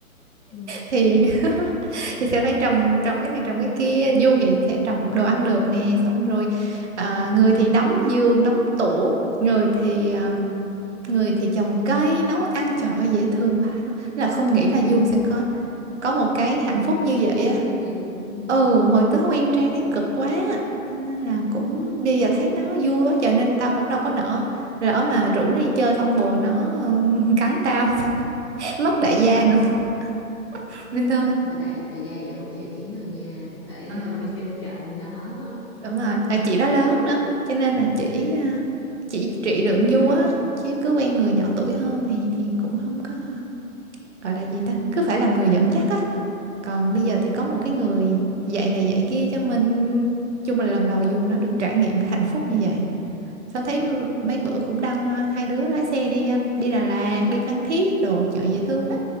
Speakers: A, in the centre; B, on the right.
A: ừ,
B: Thì <laughs> thì sẽ phải trồng trồng cái này trồng cái kia, du thì sẽ trồng đồ ăn được nè, xong rồi ờ, người thì đóng giường, đóng tủ, người thì ờ, người thì trồng cây, nấu ăn trời ơi dễ thương vãi luôn. Thế là không nghĩ là Du sẽ có có một cái hạnh phúc như
A: Happy
B: vậy á
A: ending. Ừ.
B: ừ hồi tớ quen Trang thấy cực quá nên là cũng bây giờ thấy nó vui quá cho nên tao cũng đâu có nỡ lỡ mà rủ nó đi chơi xong bồ nó ừ, <laughs> cắn tao xong cái <laughs> mất đại gia nữa thôi <laughs> nên thôi
A: Rồi đại đại gia vậy không dễ kiếm đâu nha, phải
B: Ờ,
A: ờ, biết trân trọng nó.
B: đúng rồi à, chị đó lớn nữa cho nên là chỉ
A: Ừ.
B: ờ, chỉ trị đường du á chứ cứ quen người nhỏ tuổi hơn thì thì cũng không có ờ, gọi là gì ta cứ phải làm người dẫn dắt á Còn bây giờ thì có một cái người dạy này dạy kia cho mình chung là lần đầu Du nó được trải nghiệm cái hạnh phúc như vậy. Sao thấy m- mấy bữa cũng đăng ờ, hai đứa lái xe đi ờ, đi Đà Lạt, đi Phan Thiết đồ chợ dễ thương á.